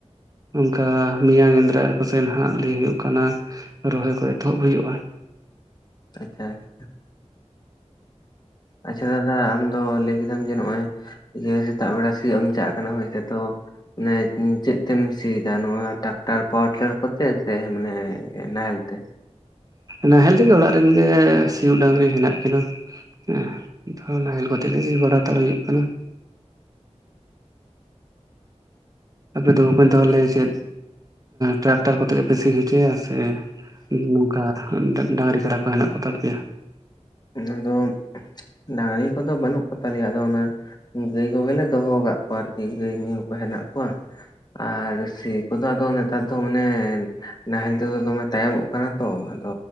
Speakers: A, on the right (about 30°); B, on the left (about 35°).
A: ᱚᱱᱠᱟ ᱢᱮᱭᱟᱝ ᱮᱸᱫᱽᱨᱟᱭ ᱠᱚᱥᱮᱱ ᱦᱟᱸᱜ ᱞᱟᱹᱭ ᱦᱩᱭᱩᱜ ᱠᱟᱱᱟ ᱨᱚᱦᱚᱭ ᱠᱚ ᱮᱛᱚᱦᱚᱵ ᱦᱩᱭᱩᱜᱼᱟ ᱾
B: ᱟᱪᱪᱷᱟ ᱟᱪᱪᱷᱟ ᱾ ᱟᱪᱪᱷᱟ ᱫᱟᱫᱟ ᱟᱢ ᱫᱚ ᱞᱟᱹᱭ ᱠᱮᱫᱟᱢ ᱡᱮ ᱱᱚᱜᱼᱚᱭ ᱡᱮ ᱥᱮᱛᱟᱜ ᱵᱮᱲᱟ ᱥᱤᱭᱳᱜ ᱮᱢ ᱪᱟᱜ ᱠᱟᱱᱟ ᱦᱳᱭ ᱥᱮ, ᱛᱚ ᱢᱟᱱᱮ ᱪᱮᱫ ᱛᱮᱢ ᱥᱤᱭᱮᱫᱟ ᱱᱚᱣᱟ ᱴᱨᱟᱠᱴᱟᱨ ᱯᱟᱣᱟᱨᱴᱤᱞᱟᱨ ᱠᱚᱛᱮ ᱥᱮ ᱢᱟᱱᱮ ᱱᱟᱦᱮᱞ ᱛᱮ?
A: ᱱᱟᱦᱮᱞ ᱛᱮᱜᱮ ᱚᱲᱟᱜ ᱨᱮᱱ ᱜᱮ ᱥᱤᱭᱳᱜ ᱰᱟᱹᱝᱨᱤ ᱦᱮᱱᱟᱜ ᱠᱤᱱᱟᱹ ᱾ ᱦᱮᱸ ᱛᱚ ᱱᱟᱦᱮᱞ ᱠᱟᱛᱮ ᱜᱮ ᱥᱤ‌‌ ᱵᱟᱲᱟ ᱦᱟᱛᱟᱲ ᱦᱩᱭᱩᱜ ᱠᱟᱱᱟ ᱾ ᱟᱯᱮ ᱫᱚ ᱵᱚᱠᱚᱹᱧ ᱛᱟᱦᱞᱮ ᱪᱮᱫ ᱴᱨᱟᱠᱴᱟᱨ ᱠᱚᱛᱮ ᱜᱮᱯᱮ ᱥᱤ ᱦᱚᱪᱚᱭᱟ ᱥᱮ ᱱᱚᱝᱠᱟ ᱰᱟᱹᱝᱨᱤ ᱠᱟᱰᱟ ᱠᱚ ᱦᱮᱱᱟᱜ ᱠᱚᱛᱟ ᱯᱮᱭᱟ?
B: ᱟᱫᱚ ᱰᱟᱹᱝᱨᱤ ᱠᱚᱫᱚ ᱵᱟᱹᱱᱩᱜ ᱠᱚᱛᱟᱞᱮᱭᱟ, ᱟᱫᱚ ᱚᱱᱟ ᱜᱟᱹᱭ ᱠᱚᱜᱮ ᱞᱮ ᱫᱚᱦᱚ ᱟᱠᱟᱫ ᱠᱚᱣᱟ ᱟᱨᱠᱤ, ᱜᱟᱹᱭ ᱢᱤᱦᱩ ᱠᱚ ᱦᱮᱱᱟᱜ ᱠᱚᱣᱟ ᱾ ᱟᱨ ᱥᱤ ᱠᱚᱫᱚ ᱟᱫᱚ ᱱᱮᱛᱟᱨ ᱫᱚ ᱢᱟᱱᱮ ᱱᱟᱦᱮᱞ ᱛᱮᱫᱚ ᱫᱚᱢᱮ ᱛᱟᱭᱚᱢᱚᱜ ᱠᱟᱱᱟ᱾ ᱛᱚ ᱟᱫᱚ